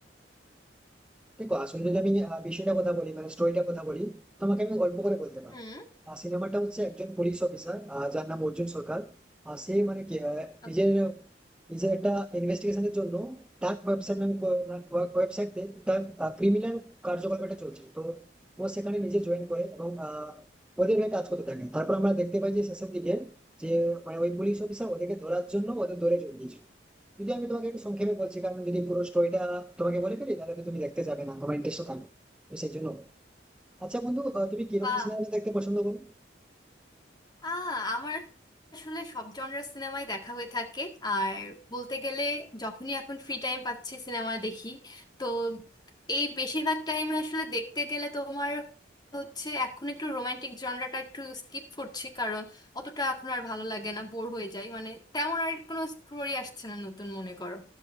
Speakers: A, in the centre; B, on the left (about 20°).
A: দেখো আসলে যদি আমি আহ, বিষয়টা কথা বলি মানে স্টোরিটা কথা বলি তোমাকে আমি গল্প করে বলতে পারি
B: হুম
A: আর সিনেমাটা হচ্ছে একজন পুলিশ অফিসার যার নাম অর্জুন সরকার আহ, সে মানে কি আহ,
B: ওকে
A: নিজের নিজের একটা ইনভেস্টিগেশনের জন্য ডার্ক ওয়েবসাইট নামে ওয়েবসাইট তার ক্রিমিনাল কার্যকলাপ একটা চলছিল তো ও সেখানে নিজে জয়েন করে এবং আহ, ওদের হয়ে কাজ করতে থাকে তারপর আমরা দেখতে পাই যে শেষের দিকে যে মানে ওই পুলিশ অফিসার ওদেরকে ধরার জন্য ওদের দৌড়ে জড়িয়ে দিয়েছিল যদি আমি তোমাকে একটু সংক্ষেপে বলছি কারণ যদি পুরো স্টোরিটা তোমাকে বলে ফেলি তাহলে তো তুমি দেখতে যাবে না তোমার ইন্টারেস্ট থাকবে তো সেই জন্য আচ্ছা বন্ধু আহ, তুমি কিরকম
B: বাহ
A: সিনেমা দেখতে পছন্দ করো
B: আ আমার আসলে সব জনরার সিনেমাই দেখা হয়ে থাকে আর বলতে গেলে যখনই এখন ফ্রি টাইম পাচ্ছি সিনেমা দেখি তো এই বেশিরভাগ টাইমে আসলে দেখতে গেলে তোমার হচ্ছে এখন একটু রোমান্টিক জনরাটা একটু স্কিপ করছি কারণ অতটা এখন আর ভালো লাগে না বোর হয়ে যায় মানে তেমন আর কোনো স্টোরি আসছে না নতুন মনে করো